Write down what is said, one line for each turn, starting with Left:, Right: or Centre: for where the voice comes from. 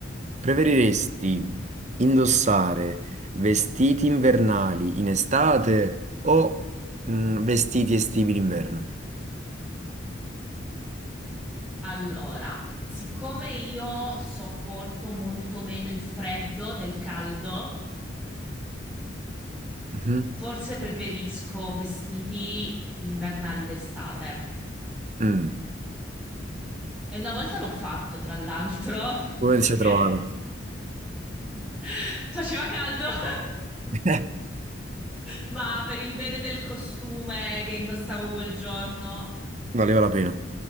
Right: preferiresti indossare vestiti invernali in estate o mm, vestiti estivi in inverno?
Centre: Allora, siccome io sopporto molto meno il freddo del caldo,
Right: Mhm.
Centre: forse preferisco vestiti invernali d'estate.
Right: Mm.
Centre: E una volta l'ho fatto, tra l'altro, <laughs>
Right: Come
Centre: perché
Right: ti sei trovato?
Centre: <laughs> faceva caldo, <laughs>
Right: <laughs>
Centre: ma per il bene del costume che indossavo quel giorno,
Right: Valeva la pena.